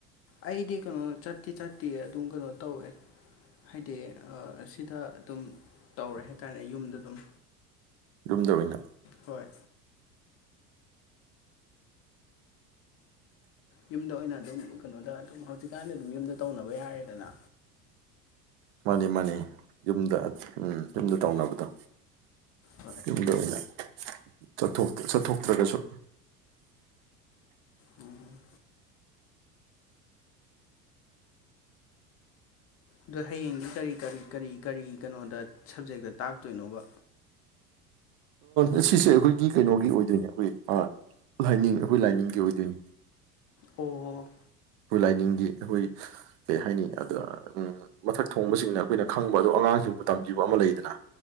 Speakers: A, on the left (about 30°); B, on the right (about 45°).
A: ꯑꯩꯗꯤ ꯀꯩꯅꯣ ꯆꯠꯇꯤ ꯆꯠꯇꯤꯌꯦ ꯑꯗꯨꯝ ꯀꯩꯅꯣ ꯇꯧꯋꯦ ꯍꯥꯏꯗꯤ ꯑꯥ ꯁꯤꯗ ꯑꯗꯨꯝ ꯇꯧꯔꯦ ꯍꯥꯏꯇꯥꯔꯦ ꯌꯨꯝꯗ ꯑꯗꯨꯝ
B: ꯌꯨꯝꯗ ꯑꯣꯏꯅ
A: ꯍꯣꯏ ꯌꯨꯝꯗ ꯑꯣꯏꯅ ꯑꯗꯨꯝ ꯀꯩꯅꯣꯗ ꯑꯗꯨꯝ ꯍꯧꯖꯤꯛꯀꯥꯟꯗꯤ ꯑꯗꯨꯝ ꯌꯨꯝꯗ ꯇꯧꯅꯕ ꯌꯥꯔꯦꯗꯅ
B: ꯃꯥꯅꯦ ꯃꯥꯅꯦ ꯌꯨꯝꯗ ꯎꯝ ꯌꯨꯝꯗ ꯇꯧꯅꯕꯗꯣ
A: ꯍꯣꯏ
B: ꯌꯨꯝꯗ ꯑꯣꯏꯅ ꯆꯠꯊꯣꯛ ꯆꯠꯊꯣꯛꯇ꯭ꯔꯒꯁꯨ
A: ꯎꯝ ꯑꯗꯣ ꯍꯌꯦꯡꯗꯤ ꯀꯔꯤ ꯀꯔꯤ ꯀꯔꯤ ꯀꯔꯤ ꯀꯩꯅꯣꯗ ꯁꯕꯖꯦꯛꯇ ꯇꯥꯛꯇꯣꯏꯅꯣꯕ
B: ꯑ ꯁꯤꯁꯦ ꯑꯩꯈꯣꯏꯒꯤ ꯀꯩꯅꯣꯒꯤ ꯑꯣꯏꯗꯣꯏꯅꯦ ꯑꯩꯈꯣꯏ ꯑꯥ ꯂꯥꯏꯅꯤꯡ ꯑꯩꯈꯣꯏ ꯂꯥꯏꯅꯤꯡꯒꯤ ꯑꯣꯏꯗꯣꯏꯅꯤ
A: ꯑꯣ
B: ꯑꯈꯣꯏ ꯂꯥꯏꯅꯤꯡꯒꯤ ꯑꯩꯈꯣꯏ ꯀꯩ ꯍꯥꯏꯅꯤ ꯑꯗ ꯎꯝ ꯃꯊꯛ ꯊꯣꯡꯕꯁꯤꯡꯅ ꯑꯈꯣꯏꯅ ꯈꯪꯕ ꯑꯗꯣ ꯑꯉꯥꯡꯁꯤꯡꯕꯨ ꯇꯝꯕꯤꯕ ꯑꯃ ꯂꯩꯗꯅ